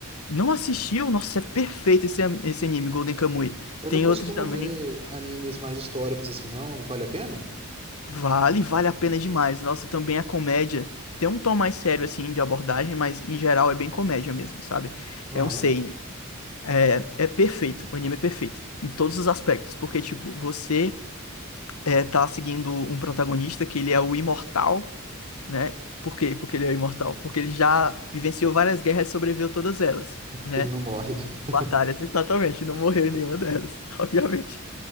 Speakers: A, on the left; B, on the right.
A: Não assistiu? Nossa, é perfeito esse, an- esse anime, Golden Kamuy.
B: Eu
A: Tem
B: não costumo
A: outro também.
B: ver animes mais históricos assim, não. Vale a pena?
A: Vale, vale a pena demais. Nossa, também é comédia. Tem um tom mais sério, assim, de abordagem, mas em geral é bem comédia mesmo, sabe?
B: Aham.
A: É um seinen. É, é perfeito, o anime é perfeito, em todos os aspectos, porque, tipo, você é, tá seguindo um protagonista que ele é o imortal, né? Por quê? Porque ele é o imortal, porque ele já vivenciou várias guerras e sobreviveu todas elas,
B: É porque
A: né?
B: ele não morre. <laughs>
A: Batalhas, exatamente, não morreu em nenhuma delas, <laughs> obviamente.